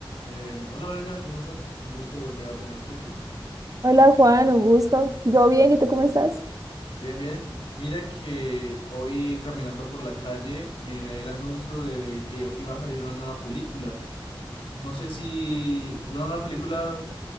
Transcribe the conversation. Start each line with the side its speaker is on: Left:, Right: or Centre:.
Left: Eh, hola Olga, ¿cómo estás? Un gusto volver a tenerte aquí.
Right: Hola Juan, un gusto. Yo bien, ¿y tú cómo estás?
Left: Bien, bien. Mira que hoy caminando por la calle miré el anuncio de que iba a salir una nueva película. No sé si de una nueva película,